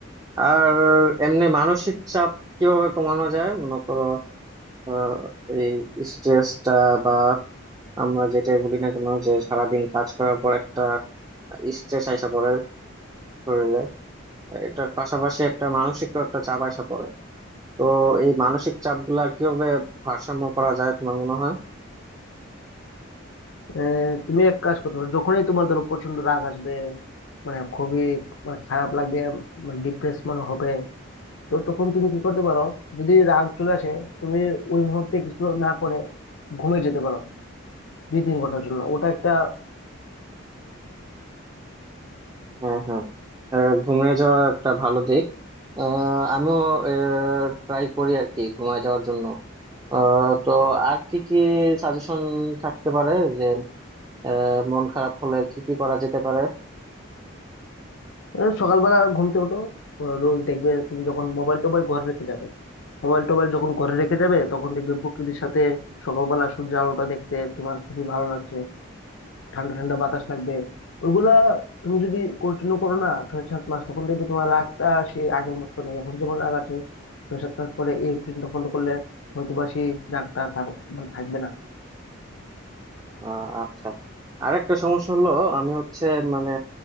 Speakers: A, on the right; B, on the left.
A: আর এমনি মানসিক চাপ কিভাবে কমানো যায় মনে করো আহ, এই স্ট্রেসটা বা আমরা যেটাই বলি না কেন যে সারাদিন কাজ করার পর একটা স্ট্রেস আইসা পড়ে শরীরে এটার পাশাপাশি একটা মানসিক একটা চাপ আসা পড়ে তো এই মানসিক চাপ গুলা কিভাবে ভারসাম্য করা যায় তোমার মনে হয়
B: আহ, তুমি এক কাজ করতে পারো যখনই তোমার ধরো প্রচন্ড রাগ আসবে মানে খুবই মানে খারাপ লাগবে মানে ডিপ্রেস মনে হবে তো তখন তুমি কি করতে পারো যদি রাগ চলে আসে তুমি ওই মুহূর্তে কিছু না করে ঘুমে যেতে পারো দুই তিন ঘন্টার জন্য ওটা একটা
A: হ্যাঁ হ্যাঁ আহ, ঘুমিয়ে যাওয়া একটা ভালো দিক আহ, আমিও ট্রাই করি আর কি ঘুমিয়ে যাওয়ার জন্য আহ, তো আর কি কি সাজেশন থাকতে পারে যে আহ, মন খারাপ হলে কি কি করা যেতে পারে
B: আহ, সকালবেলা ঘুমতে ওঠো রোজ দেখবে তুমি যখন মোবাইল টোবাইল ঘরে রেখে যাবে মোবাইল টোবাইল যখন ঘরে রেখে যাবে তখন দেখবে প্রকৃতির সাথে সকালবেলা সূর্যের আলোটা দেখতে তোমার খুবই ভালো লাগছে ঠান্ডা ঠান্ডা বাতাস লাগবে ওইগুলা তুমি যদি কন্টিনিউ করো না ছয় সাত মাস তখন দেখবে তোমার রাগটা সে আগের মতো নেই এখন যেমন রাগ আছে ছয় সাত মাস পরে এই রুটিনটা ফলো করলে হয়তো বা সেই রাগটা আর থাক- মানে থাকবে না
A: আহ, আচ্ছা আরেকটা সমস্যা হলো আমি হচ্ছে মানে